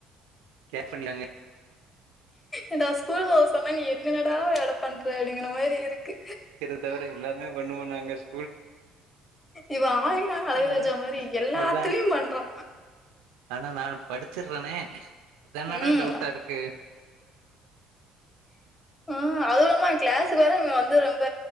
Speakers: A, on the right; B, on the left.
A: கேர் ஃபண்ணிடாங்க
B: ஏன்டா ஸ்கூல் போக சொன்னா நீ என்னனடா வேல பண்ற அப்டிங்கின மாரி இருக்கு
A: தவர எல்லாமே பண்ணுவோ நாங்க ஸ்
B: இவ ஆல் இன் அழகுராஜா
A: ஆ
B: மாரி எல்லாத்திலியு
A: அதா
B: பண்றா
A: ஆனா நா படிச்சிறேனே அதனடா
B: ம்.
A: டவுட்டா இருக்கு
B: ஹூ அதுவு இல்லாமா கிளாஸுக்கு வேற இவுங்க வந்து ரொம்ப